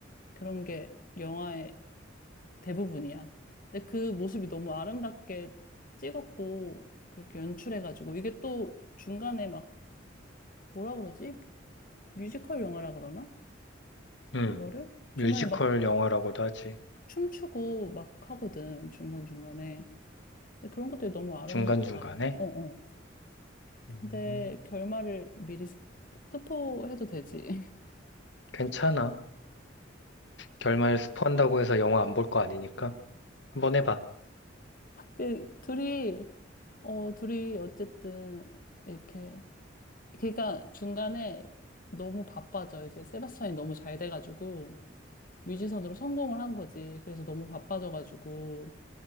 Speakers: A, on the left; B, on the left.
A: 그런 게 영화에 대부분이야. 근데 그 모습이 너무 아름답게 찍었고, 그렇게 연출해가지고, 이게 또 중간에 막, 뭐라 그러지? 뮤지컬 영화라 그러나?
B: 응.
A: 이거를?
B: 뮤지컬
A: 중간에 막
B: 영화라고도 하지.
A: 춤추고 막 하거든, 중간중간에. 근데 그런 것들이 너무 아름다워.
B: 중간중간에?
A: 어, 어. 근데
B: 음,
A: 결말을 미리 스- 스포해도 되지. <laughs>
B: 괜찮아. 결말 스포한다고 해서 영화 안 볼 거 아니니까. 한번 해봐.
A: 그 둘이, 어, 둘이 어쨌든, 이렇게, 그러니까 중간에 너무 바빠져. 이제 세바스찬이 너무 잘 돼가지고. 뮤지션으로 성공을 한 거지. 그래서 너무 바빠져가지고